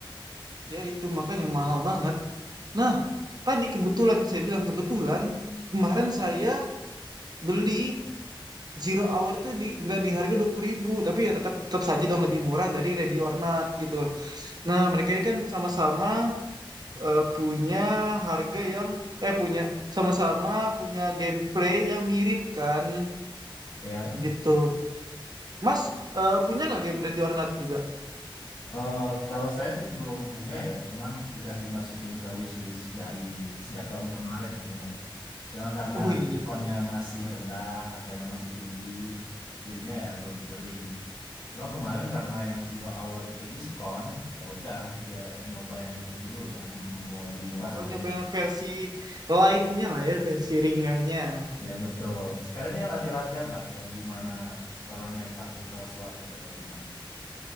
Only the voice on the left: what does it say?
Ya.
Eh, kalau saya sih belum punya ya, cuman udah dimasukin ke wishlist dari sejak tahun kemarin mungkin ya. Cuman karena
diskonnya masih rendah, harganya masih tinggi, jadinya ya belum dibeli. Cuma kemarin karena yang zero hour itu diskon, ya udah kayak nyoba yang itu dulu kan, mumpung lagi murah harganya.
Ya betul. Sekalian ya latihan-latihan lah eh, gimana cara main tactical SWAT gitu kayak gimana.